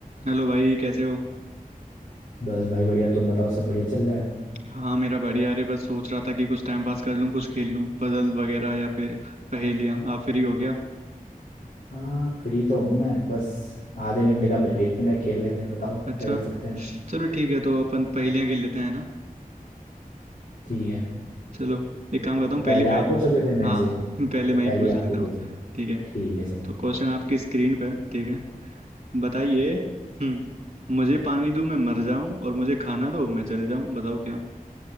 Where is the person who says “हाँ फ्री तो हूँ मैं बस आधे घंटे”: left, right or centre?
Left